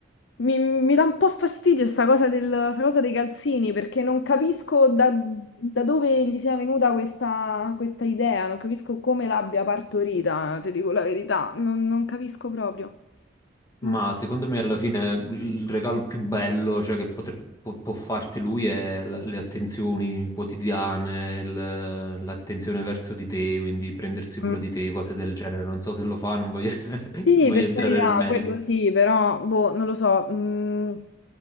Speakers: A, on the left (about 75°); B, on the left (about 20°).
A: mi, mi dà un po' fastidio sta cosa, del- sta cosa dei calzini, perché non capisco da, da dove gli sia venuta questa, questa idea, non capisco come l'abbia partorita, ti dico la verità. Non, non capisco proprio. Non-
B: Ma secondo me alla fine il il regalo più bello, cioè, che potre- può, può farti lui è la- le attenzioni quotidiane, il- l'attenzione verso di te, quindi prendersi cura
A: Mm.
B: di te, cose del genere. Non so se lo fa, non voglio, <laughs>
A: Sì,
B: voglio
A: per
B: entrare
A: carità,
B: nel merito.
A: quello sì, però, boh, non lo so. mh,